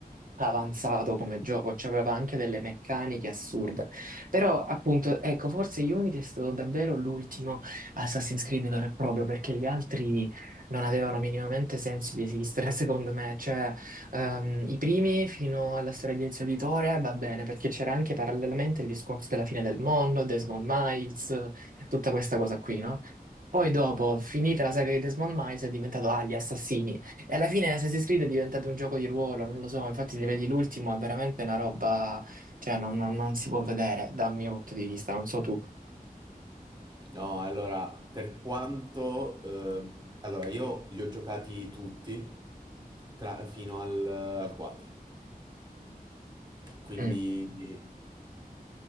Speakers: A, on the right; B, on the right.
A: avanzato come gioco, cioè aveva anche delle meccaniche assurde. Però, appunto, ecco, forse Unity è stato davvero l'ultimo Assassin's Creed vero e proprio, perché gli altri non avevano minimamente senso di esistere, <laughs> secondo me. Cioè, ehm, i primi fino alla storia di Ezio Auditore va bene, perché c'era anche parallelamente il discorso della fine del mondo, Desmond Miles, tutta questa cosa qui, no? Poi dopo, finita la saga di Desmond Miles, è diventato, ah, gli assassini. E alla fine Assassin's Creed è diventato un gioco di ruolo, non lo so, infatti se vedi l'ultimo è veramente una roba, cioè non, non- non si può vedere dal mio punto di vista, non so tu.
B: No, allora, per quanto... eh, allora, io li ho giocati tutti tra- fino al, al 4. Quindi
A: Mm,